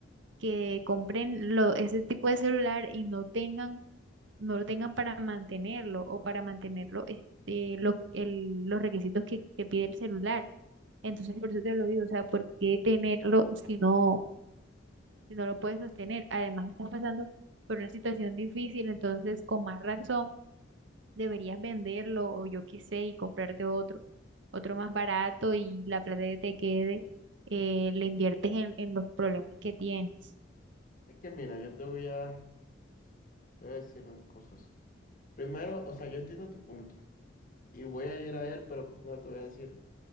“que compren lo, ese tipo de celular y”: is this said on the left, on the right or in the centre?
Right